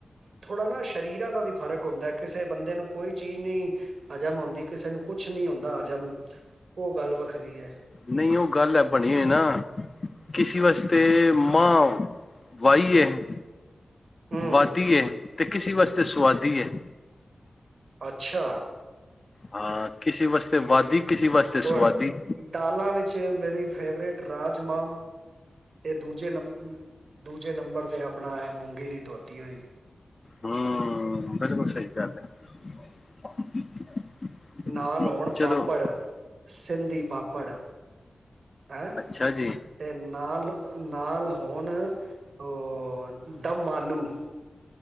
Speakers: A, on the right (about 75°); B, on the left (about 40°).
A: ਥੋੜ੍ਹਾ ਨਾ ਸਰੀਰਾਂ ਦਾ ਵੀ ਫ਼ਰਕ ਹੁੰਦਾ ਕਿਸੇ ਬੰਦੇ ਨੂੰ ਕੋਈ ਚੀਜ਼ ਨਹੀਂ ਹਾਜ਼ਮ ਆਦੀ ਕਿਸੇ ਨੂੰ ਕੁਛ ਨਹੀਂ ਆਦਾ ਹਾਜ਼ਮ ਉਹ ਗੱਲ ਵੱਖਰੀ ਹੈ।
B: ਨਹੀਂ ਉਹ ਗੱਲ ਹੈ ਬਣੀ ਹੋਏ ਨਾ ਕਿਸੀ ਵਾਸਤੇ ਮਾਂ ਵਾਏ ਹੈ।
A: ਹੂੰ
B: ਵਾਤੀ ਹੈ। ਅਤੇ ਕਿਸੇ ਵਾਸਤੇ ਸੁਆਦੀ ਹੈ।
A: ਅੱਛਾ।
B: ਹਾਂ। ਕਿਸੇ ਵਾਸਤੇ
A: ਠੀਕ-ਠੀਕ
B: ਵਾਦੀ ਕਿਸੇ ਵਾਸਤੇ ਸੁਆਦੀ
A: ਹੋਰ ਦਾਲਾਂ ਵਿੱਚ ਮੇਰੀ। ਫੇਵਰੇਟ ਰਾਜਮਾਂ ਤੇ ਦੂਜੇ ਨੰ ਦੂਜੇ ਨੰਬਰ 'ਤੇ ਵੀ ਆਪਣਾ ਮੂੰਗੀ ਦੀ ਧੋਤੀ ਹੋਏਗੀ।
B: ਹੂੰ ਬਿਲਕੁਲ ਸਹੀ <unintelligible>
A: ਨਾਲ ਹੋਣ
B: ਚਲੋ
A: ਪਾਪੜ, ਸਿੰਧੀ ਪਾਪੜ ਹੈਂ
B: ਅੱਛਾ ਜੀ
A: ਤੇ ਨਾਲ ਹੋਣ ਉਹ ਦਮ ਆਲੂ।